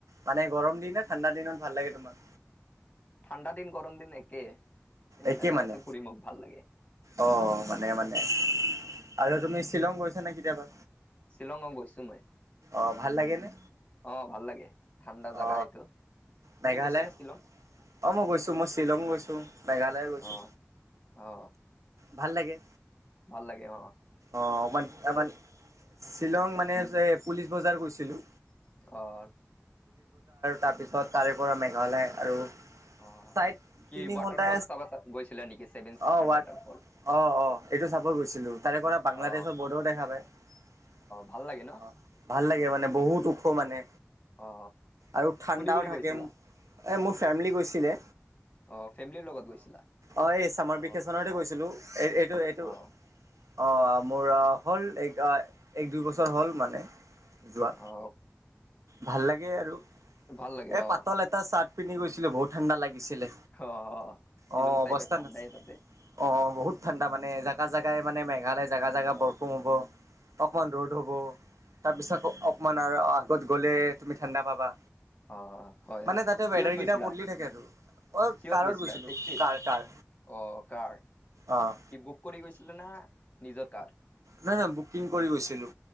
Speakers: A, on the right (about 80°); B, on the left (about 25°).
A: মানে গৰম দিন নে, ঠাণ্ডা দিনত ভাল লাগে তোমাৰ?
B: ঠাণ্ডা দিন গৰম দিন একেই, এইকেইটা
A: একে
B: জাগাতে
A: মানে
B: ফুৰি মোক ভাল লাগে।
A: অ, মানে মানে, আৰু তুমি শ্বিলং গৈছানে কেতিয়াবা?
B: শ্বিলঙ অ', গৈছো মই।
A: অ', ভাল লাগেনে?
B: অ ভাল লাগে ঠাণ্ডা জাগা
A: অ
B: এইটো, তুমি
A: মেঘালয়
B: গৈছানে শ্বিলং?
A: অ', মই গৈছো। মই শ্বিলং গৈছো, মেঘালয় গৈছো।
B: অ অ
A: ভাল লাগে।
B: ভাল লাগে অহ।
A: অ', অকমান আমান, শ্বিলং মানে যে পুলিচ বজাৰ গৈছিলোঁ।
B: অহ।
A: তাৰপিছত, তাৰে পৰা মেঘালয় আৰু
B: অ',
A: চাইড
B: কি
A: তিনি
B: ৱাটাৰ
A: ঘন্টা
B: ফল চাবা গৈছিলা নেকি? ছেভেন চিষ্টাৰ
A: অ ৱাট
B: ৱাটাৰফল।
A: অ', অ, এইটো চাবই গৈছিলোঁ। তাৰে পৰা বাংলাদেশৰ
B: অ
A: বৰ্ডাৰো দেখা পায়। অ',
B: ভাল লাগে ন
A: ভাল লাগে মানে বহুত ওখ মানে
B: অ
A: আৰু ঠাণ্ডাও
B: কোনে কোনে
A: থাকে।
B: গৈছিলা
A: এ মোৰ ফেমিলি গৈছিলে।
B: অ', ফেমিলিৰ লগত গৈছিলা?
A: অ', এই চামাৰ
B: অ
A: ভকেশচনতে গৈছিলোঁ। এই এইটো এইটো
B: অ
A: অ', মোৰ হ'ল এক, এক দুই বছৰ হ'ল মানে। যোৱা।
B: অ
A: ভাল লাগে আৰু,
B: ভাল লাগে
A: এই
B: অ
A: পাতল এটা চাৰ্ট পিনি গৈছিলোঁ, বহুত ঠাণ্ডা লাগিছিলে।
B: অ শ্বিলং
A: অ',
B: চাইডত
A: অৱস্থা
B: ঠাণ্ডাই
A: নাছিল,
B: তাতে।
A: অহ। বহুত ঠাণ্ডা মানে, জাগা জাগাই মানে মেঘালয় জেগা জেগা
B: অ
A: বৰষুণ হ'ব, অকণমান ৰ'দ হ'ব। তাৰপিছত অকমান আৰু আগত গ'লে, তুমি ঠাণ্ডা পাবা।
B: অ', হয়
A: মানে
B: হয়,
A: তাতে
B: কিহত
A: ৱেডাৰকেইটা
B: গৈছিলা?
A: বদলি থাকে আৰু অঁ
B: কিহত
A: কাৰত
B: গৈছিলা
A: গৈছিলোঁ
B: টেক্সিত?
A: কাৰ কাৰ
B: অ', কাৰ।
A: অ',
B: কি বুক কৰি গৈছিলা না? নিজৰ কাৰ
A: নাই নাই বুকিং কৰি গৈছিলোঁ।